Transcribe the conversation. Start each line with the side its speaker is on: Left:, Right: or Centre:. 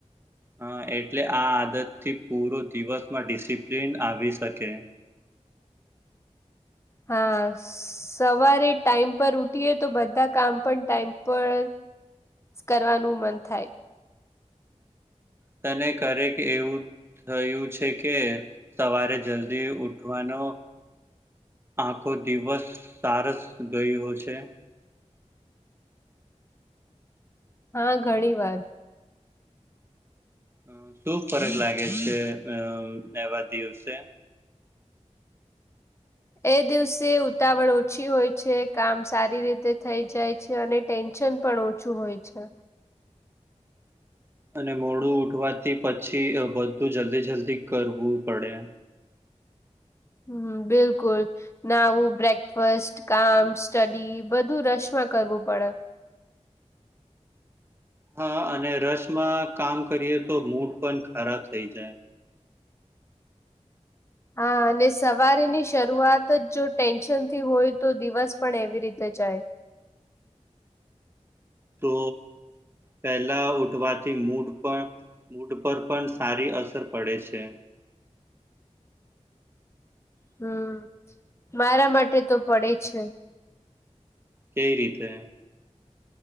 Right: હા એટલે આ આદત થી પૂરો દિવસમાં ડિસિપ્લિન આવી શકે.
Left: હા. સવારે ટાઈમ પર ઉઠીએ તો બધા કામ પણ ટાઈમ પર કરવાનું મન થાય.
Right: તને કરેક એવું થયું છે કે સવારે જલ્દી ઉઠવાનો આખો દિવસ સારસ ગયો છે.
Left: હા ઘણી વાર.
Right: અ શું ફરક લાગે છે અ એવા દિવસે?
Left: એ દિવસે ઉતાવળ ઓછી હોય છે. કામ સારી રીતે થઈ જાય છે અને ટેન્શન પણ ઓછું હોય છે.
Right: અને મોડું ઉઠવાથી પછી બધું જલ્દી જલ્દી કરવું પડે.
Left: હમમ બિલકુલ. નાવું, બ્રેકફસ્ટ, કામ, સ્ટડી, બધું રશમાં કરવું પડે.
Right: હા અને રસમાં કામ કરીએ તો મૂડ પણ ખરાબ થઈ જાય.
Left: હા અને સવારની શરૂઆત જ જો ટેન્શનથી હોય તો દિવસ પણ એવી રીતે જાય.
Right: તો પહેલા ઉઠવાથી મૂડ પણ, મૂડ પર પણ સારી અસર પડે છે.
Left: હમમ મારા માટે તો પડે છે.
Right: કેવી રીતે?